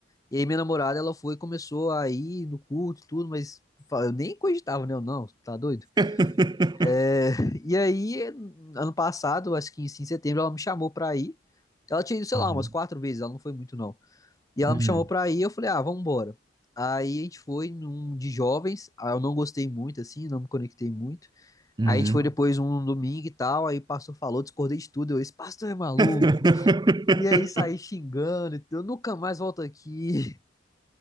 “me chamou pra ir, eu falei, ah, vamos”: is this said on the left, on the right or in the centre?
Left